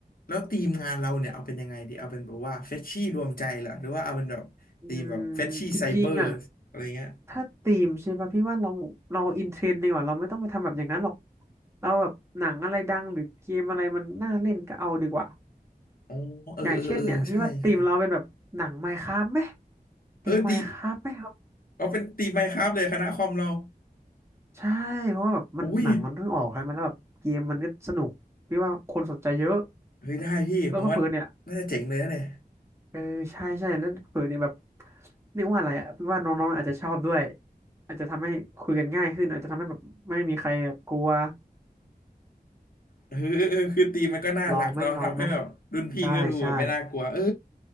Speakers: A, on the left; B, on the right.
A: แล้วทีมงานเราเนี่ยเอาเป็นยังไงดีเอาเป็นแบบว่าเฟชชี่รวมใจเหรอหรือว่าเอาเป็นแบบทีมแบบเฟชชี่ไซเบอร์อะไรเงี้ย
B: อืมจริงๆอ่ะถ้าธีมใช่ป่ะพี่ว่าเราเราอินเทรนด์ดีกว่าเราไม่ต้องไปทำแบบอย่างนั้นหรอกเราแบบหนังอะไรดังหรือเกมอะไรมันน่าเล่นก็เอาดีกว่า
A: อ๋อเออเออเออใช่ใช่
B: อย่างเช่นเนี่ยพี่ว่าธีมเราเป็นแบบหนัง Minecraft ไหม
A: เออตี
B: ธีม Minecraft ไหม
A: เอาเป็นตีมไมน์คราฟเลยคณะคอมเรา
B: ใช่เพราะว่าแบบมันหนังมันเพิ่งออกใช่ไหมแล้วแบบเกมมันก็สนุกพี่ว่าคนสนใจเยอะ
A: อุ้ยเฮ้ยได้พี่ผมว่าน่าจะเจ๋งเลยนะเนี่ย
B: แล้วเพื่อๆเนี่ยเออใช่ใช่แล้วเพื่อเนี่ยแบบเรียกว่าอะไรอ่ะพี่ว่าน้องๆอาจจะชอบด้วยอาจจะทำให้คุยกันง่ายขึ้นอาจจะทำให้แบบไม่มีใครแบบกลัว
A: เออเออเออคือตีมมันก็น่ารักเนาะทำให้แบบรุ่นพี่ก็ดูแบบไม่น่ากลัวเออ
B: ลองไหมลองไหมได้ใช่